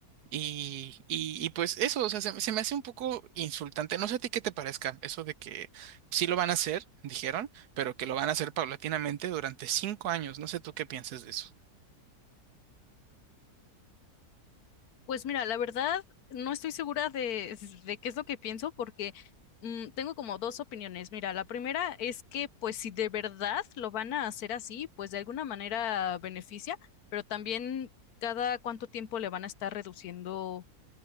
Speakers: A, on the right; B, on the left.
A: Y, y, y pues eso, o sea, se, se me hace un poco insultante. No sé a ti qué te parezca eso de que sí lo van a hacer, dijeron, pero que lo van a hacer paulatinamente durante cinco años. No sé tú qué piensas de eso.
B: Pues mira, la verdad, no estoy segura de, de qué es lo que pienso porque mm, tengo como dos opiniones. Mira, la primera es que pues si de verdad lo van a hacer así, pues de alguna manera beneficia, pero también cada cuánto tiempo le van a estar reduciendo